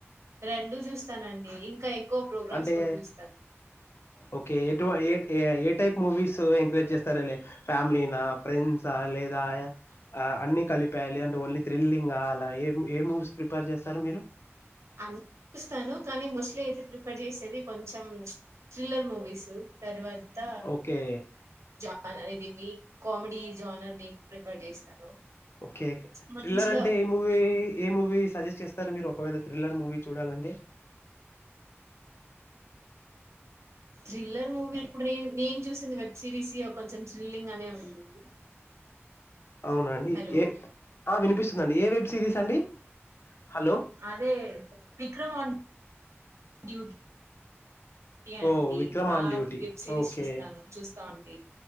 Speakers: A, on the right; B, on the left.
A: రెండు చూస్తానండి ఇంకా ఎక్కువ ప్రోగ్రామ్స్
B: అంటే
A: కూడా చూస్తాను
B: ఓకే ఎటువై ఏ ఏ టైప్ మూవీసు ఎంకరేజ్ చేస్తారులే ఫ్యామలీన ఫ్రెండ్సా లేద్ ద అ అన్ని కలిప లేదంటే అంటే ఓన్లీ థ్రిల్లింగ్ అలా ఏం ఏ మూవీస్ ప్రిపేర్ చేస్తారు మీరు
A: అ చూస్తాను కానీ మోస్ట్లీ అయితే ప్రిఫర్ చేసేది కొంచెం ఉచ్ థ్రిల్లర్ మూవీస్ తర్వాత అంత
B: ఓకే
A: జాన్ అది ఇవి కామెడీ జోనర్ని ప్రిఫర్ చేస్తాను
B: ఓకే ఓకే
A: మంచిగా
B: త్రిల్లర్ అంటే ఏ మూవీ ఏ మూవీ సజెస్ చేస్ తరు మీరు ఒకవేళ థ్రిల్లర్ మూవీ చూడాలి అంటే
A: థ్రిల్లర్ మూవీ ఇప్పుడు రేం నేం చూసింది వెబ్ సిరీస్ యబ్ కొంచెం థ్రిల్లింగ్ గానే ఉంటుంది
B: అవునా అండి
A: హలో
B: ఏ ఆ వినిపిస్తుంధండి ఏ వెబ్ సిరీస్ అండి హలో
A: అదే విక్రమ్ ఆన్ డ్యూడ్ యా
B: ఓ
A: అండి
B: విక్రమ్
A: ఆ
B: on duty
A: web series
B: okay
A: చూస్తాను చూస్తా ఉంటి